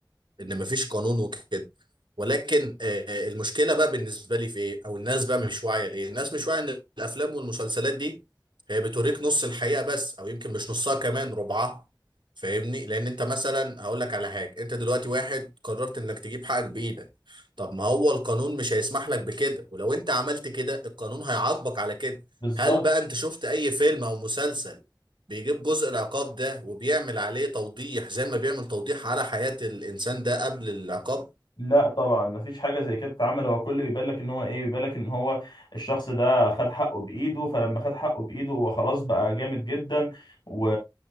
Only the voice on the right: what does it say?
ان مفيش قانون وكده ولكن آه، المشكله بقى بالنسبه لي في ايه او الناس بقى مش واعيه لايه الناس مش واعيه ان الافلام والمسلسلات دي هي بتوريك نص الحقيقه بس او يمكن مش نصها كمان ربعها فاهمني لان انت مثلا هقول لك على حاجه انت دلوقتي واحد قررت انك تجيب حقك بايدك طب ما هو القانون مش هيسمح لك بكده ولو انت عملت كده القانون هيعاقبك على كده
هل بقى انت شفت اي فيلم او مسلسل بيجيب جزء العقاب ده وبيعمل عليه توضيح زي ما بيعمل توضيح على حياة الانسان ده قبل العقاب